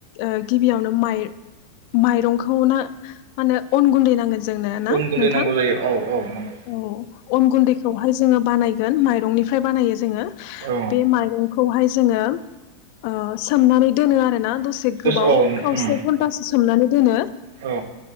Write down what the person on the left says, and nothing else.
ओ गिबि यावनो माइ माइरंखौ ना मा होनो अन गुन्दै नांगोन जोंनो ना
नोंथां
औ अन गुन्दै खौहाय जोङो बानायगोन माइरं निफ्राय बानायो। जोङो
बे माइरं खौहाय जोङो ओ सोमनानै दोनो आरो। दसे गोबाव
खावसे
घन्टासो सोमनानै दोनो।